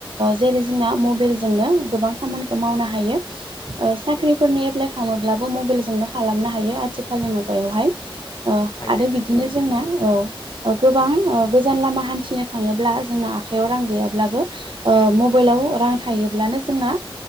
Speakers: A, on the right; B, on the left.
A: जेरै जोंना ना मबाइल जोंनो गोबां खामानि मावनो हायो साख्रिफोरनि एपइ खालामोबबो मबाइल जों नो खालामनो हायो आथिखालनि मुगायावहाय
B: हायो
A: आरो
B: हायो
A: बिदिनो
B: औ
A: जोंना औ गोबां गोजान लामा हान्थिनो थाङोब्ला जोंना आखाइयाव रां गैयाब्लाबो मबाइलाव रां थायोब्लानो जोंना